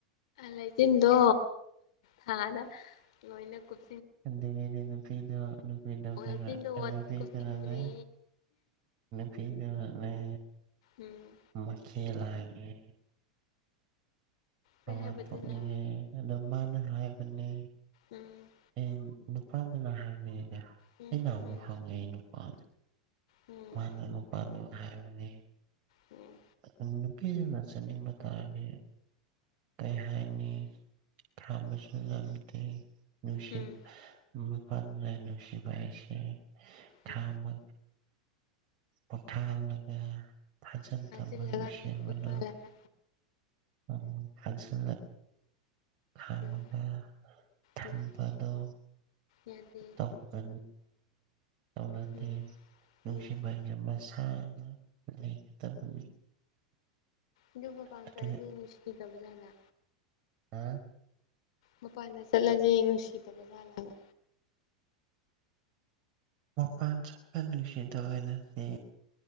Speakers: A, on the left (about 65°); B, on the right (about 45°).
A: ꯂꯩꯆꯤꯟꯗꯣ ꯍꯥꯟꯅ ꯂꯣꯏꯅ ꯀꯨꯞ
B: ꯑꯗꯤ ꯅꯨꯄꯤꯗ ꯅꯨꯄꯤꯗ ꯈꯔ
A: ꯂꯩꯆꯤꯟꯗꯣ
B: ꯅꯨꯄꯤꯗꯅꯅꯦ
A: ꯀꯨꯞꯁꯤꯟꯈ꯭ꯔꯦ
B: ꯐꯤꯗꯅꯦ
A: ꯎꯝ
B: ꯃꯈꯦꯜ ꯂꯥꯡꯉꯦ ꯃꯃꯥꯟ
A: ꯀꯩ ꯍꯥꯏꯕꯗꯨꯅ
B: ꯊꯣꯛꯅꯤꯡꯉꯦ ꯑꯗꯣ ꯃꯥꯅ ꯍꯥꯏꯕꯅꯦ
A: ꯎꯝ
B: ꯑꯩ ꯅꯨꯄꯥꯗꯨꯅ ꯍꯥꯏꯕꯅꯤꯗ
A: ꯎꯝ
B: ꯑꯩꯅ ꯑꯃꯨꯛ
A: ꯎꯝ
B: ꯍꯪꯉꯦ ꯑꯩ ꯅꯨꯄꯥꯗ
A: ꯎꯝ
B: ꯃꯥꯅ ꯅꯨꯄꯥꯅꯨ ꯍꯥꯏꯕꯅꯤ
A: ꯎꯝ
B: ꯑ ꯄꯤꯗꯨꯅ ꯆꯠꯅꯤꯡꯕ ꯇꯥꯔꯒ ꯀꯩ ꯍꯥꯏꯅꯤ ꯈꯥꯝꯕꯁꯨ ꯉꯝꯗꯦ ꯅꯨꯡꯁꯤꯠ
A: ꯎꯝ
B: ꯅꯨ ꯐ ꯂꯅꯨꯡꯁꯤꯕꯥꯏꯁꯦ ꯊꯃ
A: ꯎꯝ
B: ꯄꯣꯊꯥꯂꯒ ꯐꯥꯖꯜ
A: ꯍꯥꯖꯤꯜꯂꯒ
B: ꯊꯝꯕ ꯅꯨꯡꯁꯤꯕꯗꯣ
A: ꯍꯌꯦꯡ ꯐꯥꯜꯂꯒ
B: ꯎꯝ ꯐꯁꯨ ꯈꯥꯃꯗ
A: ꯎꯝ
B: ꯊꯝꯕꯗꯣ
A: ꯎꯝ ꯌꯥꯗꯦ
B: ꯇꯧ ꯦ ꯇꯧꯅꯥꯗꯤꯦ
A: ꯎꯝ
B: ꯅꯨꯡꯁꯤ
A: ꯎꯝ
B: ꯍꯥꯏ ꯃꯁꯥꯅ ꯂꯩꯒꯗꯕꯅꯤ
A: ꯑꯗꯨ ꯃ ꯄꯥꯝꯖꯔꯗꯤ
B: ꯑꯗꯨꯒ
A: ꯏꯁꯤꯇꯤꯗ ꯖꯥꯠꯅ
B: ꯍꯥ
A: ꯃꯄꯥꯟꯗ ꯆꯠꯂꯁ ꯅꯨꯡꯁꯤꯗꯕ ꯖꯥꯠꯂꯥ
B: ꯃꯄꯥꯟ ꯆꯄ ꯅꯨꯡꯁꯤꯗꯕ ꯅꯗꯤ